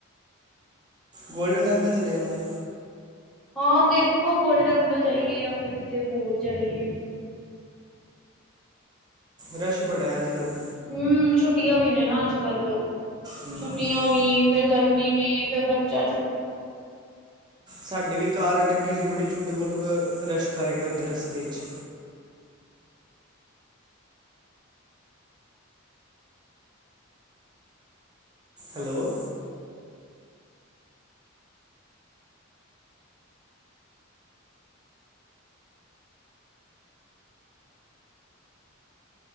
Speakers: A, on the right; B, in the centre.
A: ਗੋਲਡਨ ਟੈਂਪਲ ਚਲੇ ਜਾਣਾ।
B: ਹਾਂ ਦੇਖੋ ਗੋਲਡ ਟੈਂਪਲ ਜਾਈਏ ਜਾਂ ਫਿਰ ਕਿਤੇ ਹੋਰ ਜਾਈਏ।
A: ਰਸ਼ ਬੜਾ ਹੈ ਅੱਜ ਕੱਲ੍ਹ
B: ਹੂੰ ਛੁੱਟੀਆਂ ਵੀ ਨੇ ਨਾ ਅੱਜ ਕੱਲ
A: ਹੂੰ
B: ਛੁੱਟੀਆਂ ਵੀ ਫਿਰ ਗਰਮੀ ਵੀ ਫਿਰ ਬੱਚਾ
A: ਸਾਡੀ ਵੀ ਕਾਰ ਅਟੱਕ ਗੀ ਸੀ ਬੜੀ ਛੋਟੀ ਮਤਲਬ ਰਸ਼ ਕਰਕੇ ਉੱਧਰ ਰਸਤੇ 'ਚ ਹੈਲੋ